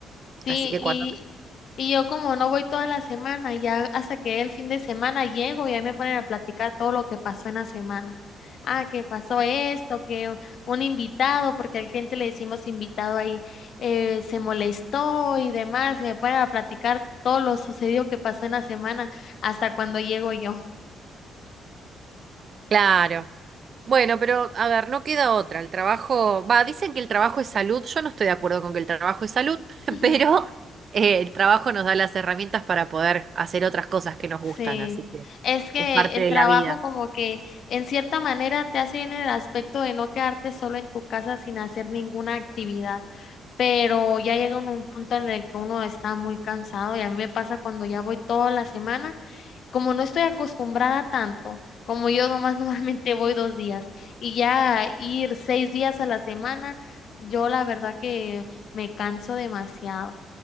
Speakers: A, on the left (about 60°); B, on the right (about 50°).
A: Sí,
B: Así que
A: y,
B: cuando...
A: y yo como no voy toda la semana, ya hasta que el fin de semana llego y ahí me ponen a platicar todo lo que pasó en la semana. Ah, que pasó esto, que un invitado, porque al cliente le decimos invitado ahí, eh, se molestó y demás, y me ponen a platicar todo lo sucedido que pasó en la semana hasta cuando llego yo.
B: Claro. Bueno, pero a ver, no queda otra. El trabajo, va, dicen que el trabajo es salud. Yo no estoy de acuerdo con que el trabajo es salud,
A: <laughs>
B: <laughs> pero eh, el trabajo nos da las herramientas para poder hacer otras cosas que nos gustan,
A: Sí,
B: así que
A: es que
B: es parte
A: el
B: de
A: trabajo
B: la vida.
A: como que en cierta manera te hace bien en el aspecto de no quedarte solo en tu casa sin hacer ninguna actividad, pero ya llega un, un punto en el que uno está muy cansado y a mí me pasa cuando ya voy toda la semana, como no estoy acostumbrada tanto, como yo nomás <laughs> normalmente voy dos días y ya ir seis días a la semana, yo la verdad que me canso demasiado.